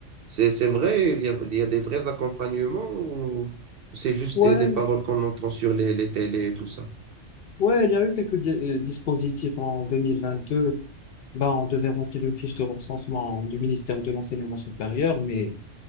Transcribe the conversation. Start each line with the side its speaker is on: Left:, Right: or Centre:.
Right: C'est, c'est vrai, il y a, il y a des vrais accompagnements ou c'est juste
Left: Ouais,
Right: des, des paroles qu'on entend sur les, les télés et tout ça?
Left: ouais, il y a eu quelques di- euh, dispositifs en 2022 Ben, on devait remplir une fiche de recensement du ministère de l'Enseignement supérieur, mais